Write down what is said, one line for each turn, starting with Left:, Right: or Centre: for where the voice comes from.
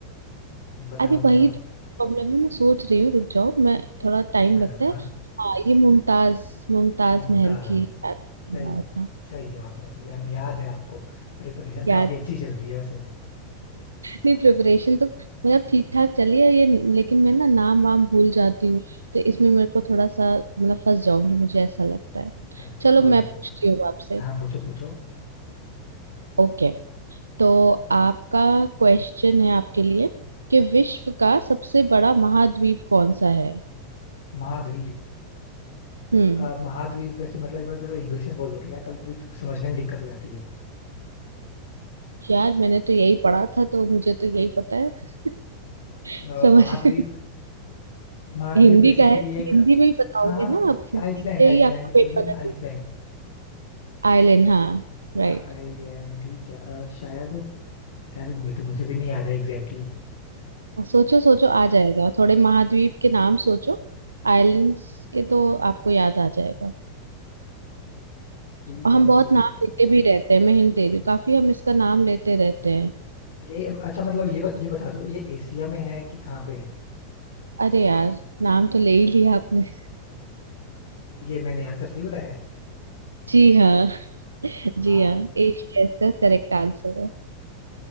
Left: बताओ
Right: अरे वही
Left: बताओ
Right: तो प्रॉब्लम है मैं सोच रही हूँ रुक जाओ मैं थोड़ा टाइम
Left: हाँ
Right: लगता
Left: हाँ
Right: है हाँ ये मुमताज मुमताज
Left: मुमताज
Right: महल की याद दिला
Left: सही
Right: था
Left: सही जवाब है यानी याद है आपको प्रिपरेशन
Right: याद
Left: काफी अच्छी चल रही है वैसे
Right: नहीं प्रिपरेशन तो मतलब ठीक ठाक चली है ये लेकिन मैं ना नाम वाम भूल जाती हूँ तो इसमें मेरे को थोड़ा सा मतलब फंस जाऊंगी मुझे ऐसा लगता है
Left: अच्छा अच्छा
Right: चलो
Left: कोई
Right: मैं
Left: नहीं
Right: पूछती हूँ आपसे
Left: हाँ पूछो पूछो
Right: ओके तो आपका क्वेश्चन है आपके लिए कि विश्व का सबसे बड़ा महाद्वीप कौन सा है
Left: महाद्वीप
Right: हम्म
Left: अ, महाद्वीप वैसे मतलब एक बार जरा इंग्लिश में बोल दो क्या कभी कभी तो समझने में दिक्कत हो जाती है
Right: यार मैंने तो यही पढ़ा था तो मुझे तो यही पता है <laughs>
Left: अ,
Right: समझ
Left: महाद्वीप
Right: रहे?
Left: महाद्वीप
Right: हिंदी
Left: बेसिकली
Right: का है तो
Left: एक
Right: हिंदी में ही बताओगे
Left: हाँ हाँ
Right: ना
Left: वो
Right: आप हिंदी
Left: Iceland
Right: के
Left: I
Right: ही
Left: mean
Right: आपका
Left: I
Right: पेपर
Left: you mean
Right: है
Left: Iceland
Right: ना आइलैंड हाँ राइट
Left: हाँ आइलैंड ठीक है अ, शायद यार मुझे तो मुझे भी नहीं याद है एग्जैक्टली
Right: सोचो सोचो आ जाएगा थोड़े महाद्वीप के नाम सोचो आइलैंड्स के तो आपको याद आ जाएगा
Left: ठीक
Right: और
Left: है
Right: हम
Left: मैं
Right: बहुत
Left: सोचता
Right: नाम लेते भी रहते हैं मैं हिंट दे रही हूँ काफी हम इसका नाम लेते रहते हैं
Left: ये अच्छा मतलब ये ब- ये बता दो ये एशिया में है कि कहाँ पे है
Right: अरे यार नाम तो ले ही लिया आपने
Left: ये मैंने आंसर सही बताया है
Right: जी हाँ <laughs> जी
Left: वाह
Right: हाँ एशिया इसका करेक्ट आंसर है